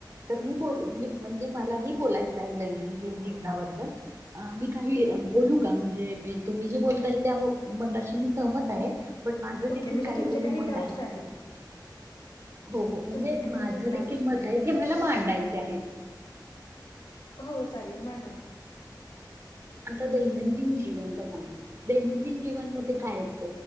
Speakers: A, on the right; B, on the left.
A: तर मी बोल <unintelligible> म्हणजे मलाही बोलायच आहे दैनंदिन जीवनाबद्दल अ मी काही बोलू का म्हणजे तुम्ही जे बोलताय त्या मताशी मी सहमत आहे. बट माझं
B: ओके
A: देखील
B: म्हणजे
A: काहीतरी
B: तुमचे काही
A: मत
B: डाऊट्स
A: आहे
B: आहेत
A: हो हो म्हणजे
B: तुमचे काही
A: माझ देखील
B: डाऊट्स
A: मत
B: डिस
A: आहे. ते मला मांडायचे आहेत.
B: हो चालेल मांडा ना मॅ
A: आता दैनंदिन जीवन बघा ना दैनंदिन जीवन मध्ये काय येत